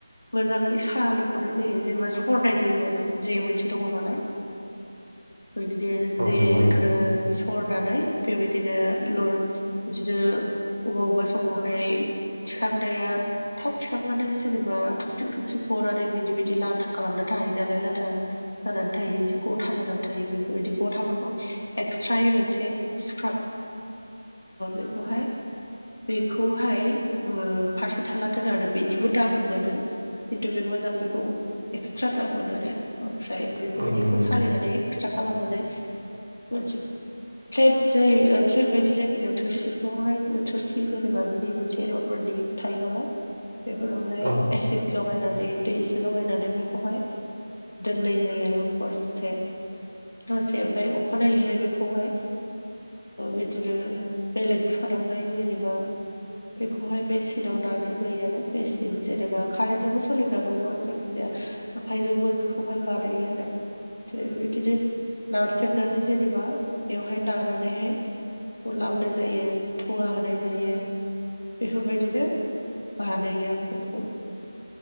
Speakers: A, on the left; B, on the right.
A: मोजाङै सालिख'नाय जायो जेनेबा सरनाय जायो आरो जे मोनसे द नालाय बिनो
B: औ
A: जे
B: नंगौ नोंथां
A: ओ हरनानै बेबायदिनो ल बिदिनो अबेबा अबेबा समावहाय थिखांनाया थाब थिखांनानै जेनेबा थंथिं थंथिं गनानै बिदि बिदि लाथा खालामना थायो नालाय लाथा जानानै थायो एसे गथा गानानै थायो बेफोरबायदि गथाफोरखौ एक्सट्राय मोनसे सिक्राब बेखौहाय बेखौहाय फारसे थाला दोनो आरो बेनिबो दाम मोनो खिन्थु बे मोजांनिखौ एक्सट्रा दाम मोनो आरो ओमफ्राय बेफोरबायदिखौ
B: औ नंगौ नोंथां
A: सालायनानै एक्सट्रा खालामनानै मोनसे प्लेट जायो प्लेट बायदि जायखिजाया थोरसिफ्रावहाय थोरसि जेनेबा बिनि मोनसे रबारनि थायो नालाय बेफोरावहाय
B: औ
A: एसिड लगायनानै दै एसे लगायनानै बेखौहाय दोननाय जायो आरो हरसे हरसे ओमफ्राय अखानायैहाय बेखौहाय बिदिनो बेलेग सानावहाय जेनेबा बेखौहाय मेचिनाव दानाय जायो आरो मेसिन जेनेबा कारेन्ट जजोंबो सोलिग्रा दङ जायखिजाया आखाइजोंबो बेखौहाय बानायो आरो द बिदिनो नारसेरनानै जेनेबा बेवहाय नानानैहाय लाबाय जायो थुवा होनाय जायो बेफोरबायदिनो बानायो आरो बेखौ